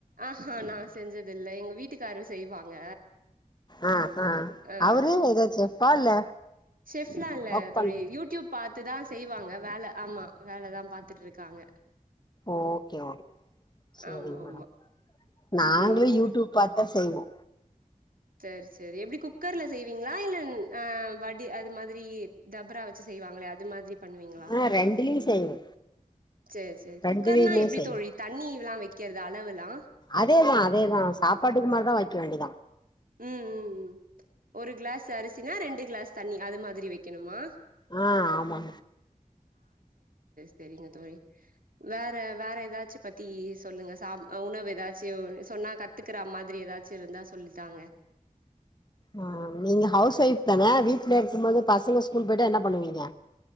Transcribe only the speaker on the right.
ஆ ஹா நா செஞ்சது இல்ல எங்க வீட்டுக்காரு செய்வாங்க
அ
செஃப்லா இல்ல
தோழி
யூடியூப் பாத்துதா செய்வாங்க வேல ஆமா வேலதா பாத்துட்டு இருக்காங்க
ஆமா ஆமா
ம் நீங்க
சேரி சேரி சரி எப்டி குக்கர்ல செய்வீங்ளா இல்லன் அ வடி அது மாதிரி டபரா வச்சு செய்வாங்ளே அது மாதிரி பண்ணுவீங்ளா
சரி சரி
குக்கர்னா எப்டி
தோழி தண்ணி எல்லா வெக்குறது அளவெலா
உம் உம் உம் ஒரு கிளாஸ் அரிசி இதுனா ரெண்டு கிளாஸ் தண்ணி அது மாதிரி வக்கணுமா
செரிங்க தோழி வேற வேற ஏதாச்சு பத்தி சொல்லுங்க சாப் உணவு ஏதாச்சு சொன்னா கத் எடுத்துக்கிற மாதிரி ஏதாச்சு இருந்தா சொல்லி தாங்க